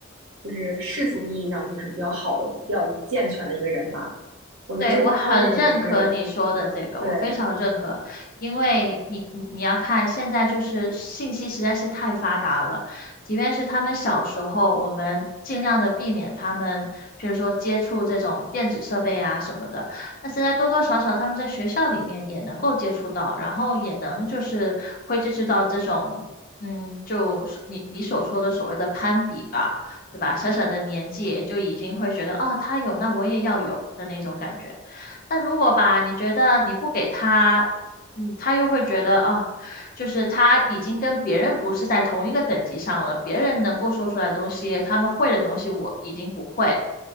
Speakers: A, on the right; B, on the left.
A: 就是世俗意义上就是比较好的、比较健全的一个人吧。我觉得这方面也是，
B: 对，我很认可你说的这个，
A: 对，
B: 我非常认可，因为你你你要看，现在就是信息实在是太发达了，即便是他们小时候，我们尽量的避免他们，比如说接触这种电子设备啊什么的，但现在多多少少他们在学校里面也能够接触到，然后也能就是会接触到这种，嗯，就是你你所说的所谓的攀比吧。对吧？小小的年纪就已经会觉得，啊，他有，那我也要有的那种感觉。但如果吧，你觉得你不给他，嗯，他又会觉得，啊，就是他已经跟别人不是在同一个等级上了，别人能够说出来的东西，他们会的东西，我已经不会。